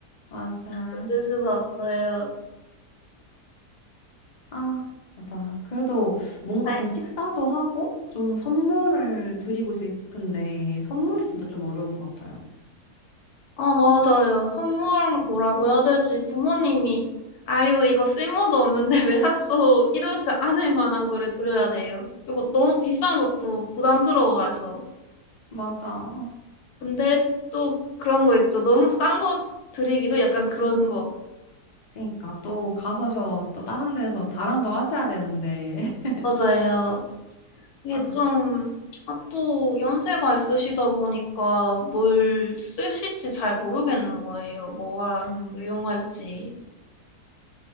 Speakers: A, on the left (about 50°); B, on the left (about 70°).
A: 맞아.
B: 어쩔 수가 없어요.
A: 아, 맞아. 그래도 뭔가
B: 네.
A: 전 식사도 하고 좀 선물을 드리고 싶은데 선물이 진짜 좀 어려운 것 같아요.
B: 아, 맞아요. 선물 뭐라고 해야 되지? 부모님이, 아유, 이거 쓸모도 없는데 <laughs> 왜 샀어? 이러지 않을 만한 거를 드려야 돼요. 그리고 너무 비싼 것도 부담스러워하셔.
A: 맞아.
B: 근데 또 그런 거 있죠. 너무 싼 거 드리기도 약간 그런 거.
A: 그러니까 또 가서 저 또 다른 데서 자랑도 하셔야 되는데. <laughs>
B: 맞아요. 이게
A: 아.
B: 좀, 아, 또 연세가 있으시다 보니까 뭘 쓰실지 잘 모르겠는 거예요. 뭐가
A: 음.
B: 유용할지.